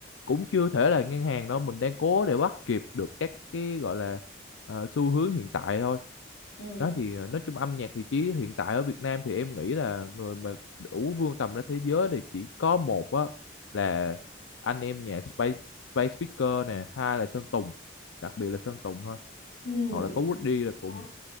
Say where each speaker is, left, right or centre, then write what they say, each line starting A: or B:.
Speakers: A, on the left (about 85°); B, on the left (about 65°).
A: cũng chưa thể là ngang hàng đâu mình đang cố để bắt kịp được các cái gọi là ờ, xu hướng hiện tại thôi
B: ừ.
A: đó thì ờ, nói chung âm nhạc thì chỉ hiện tại ở Việt Nam thì em nghĩ là người mà đủ vươn tầm ra thế giới thì chỉ có một á là anh em nhà Space Space Speaker nè hai là Sơn Tùng đặc biệt là Sơn Tùng thôi
B: Ừ,
A: hoặc là có Woody
B: Đúng.
A: là cùng